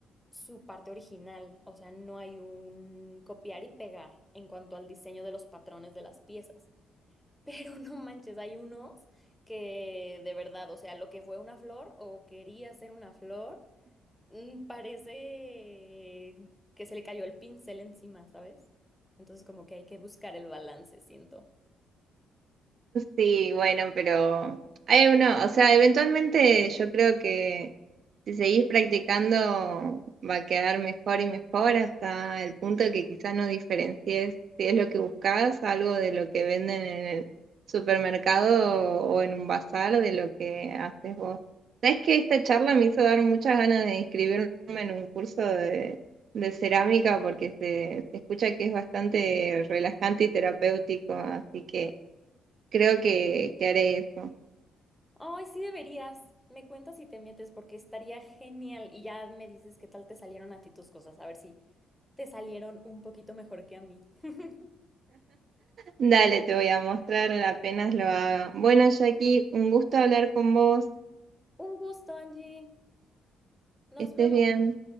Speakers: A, in the centre; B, on the right.
A: su parte original, o sea, no hay un copiar y pegar en cuanto al diseño de los patrones de las piezas. Pero no manches, hay unos que de verdad, o sea, lo que fue una flor o quería ser una flor, mm, parece que se le cayó el pincel encima, ¿sabes? Entonces como que hay que buscar el balance, siento.
B: Sí, bueno, pero hay uno, o sea, eventualmente yo creo que si seguís practicando va a quedar mejor y mejor hasta el punto que quizás no diferencies si es lo que buscas, algo de lo que venden en el supermercado o, en un bazar de lo que haces vos. Sabes que esta charla me hizo dar muchas ganas de inscribirme en un curso de, de cerámica porque se, se escucha que es bastante relajante y terapéutico, así que creo que, que haré eso.
A: Ay, sí deberías. Me cuentas si te metes porque estaría genial y ya me dices qué tal te salieron a ti tus cosas, a ver si te salieron un poquito mejor que a mí. <laughs>
B: Dale, te voy a mostrar apenas lo haga. Bueno, Jackie, un gusto hablar con vos.
A: Un gusto, Angie. Nos
B: Que estés
A: vemos.
B: bien.